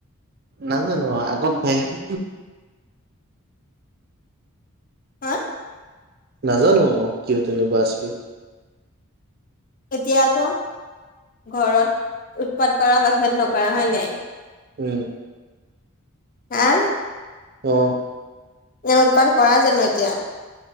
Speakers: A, on the right; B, on the left.
A: নাজানো আগ বাইকো।
B: হা
A: নাজানো অ কিয় তেনেকুৱা আছিলে
B: এতিয়া আকৌ ঘৰত উৎপাত কৰা বাহত নকৰা হয় নাই
A: উম
B: হা
A: অ
B: ন উৎপাৰ কৰা জানো এতিয়া